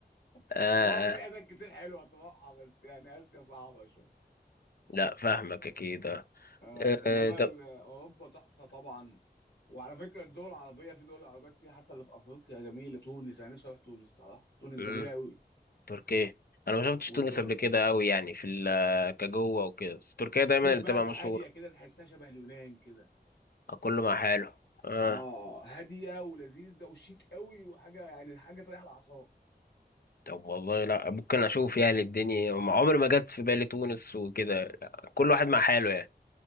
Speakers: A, on the left (about 85°); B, on the left (about 60°).
A: <laughs>
B: اه
A: فطبعا في
B: اه
A: حتت كتير حلوه تروحها بس يعني اسيا صعبه شويه
B: لا فاهمك اكيد اه
A: آه
B: آه،
A: انما
B: آه. طب
A: ال- اوروبا تحفه طبعا وعلى فكره الدول العربيه في دول عربيه كتير حتى اللي في افريقيا جميله تونس انا نفسي اروح تونس صراحه تونس
B: مم،
A: جميله قوي
B: تركيا انا ما شفتش
A: وتونس
B: تونس قبل كده قوي يعني في ال- كجوه وكده بس تركيا دايما اللي
A: بلد
B: تبقى مشهوره
A: هاديه كده تحسها شبه اليونان كده
B: كله مع حاله اه
A: اه هاديه ولذيذه وشيك قوي وحاجه يعني حاجه تريح الاعصاب
B: طب والله لا ممكن اشوف يعني الدنيا ما عمري ما جت في بالي تونس وكده لا، كل واحد مع حاله يعني